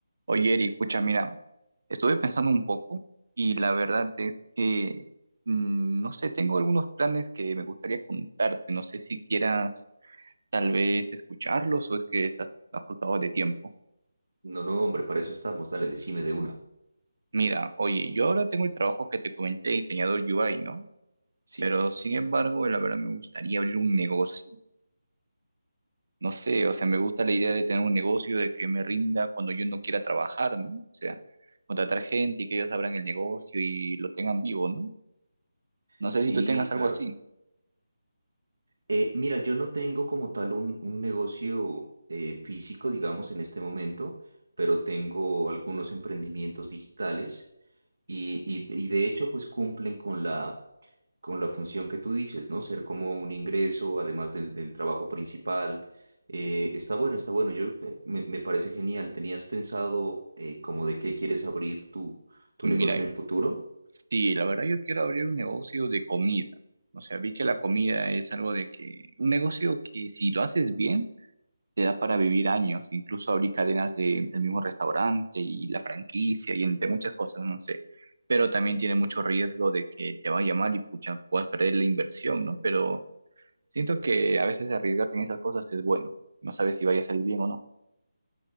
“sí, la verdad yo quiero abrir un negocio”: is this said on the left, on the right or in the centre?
Right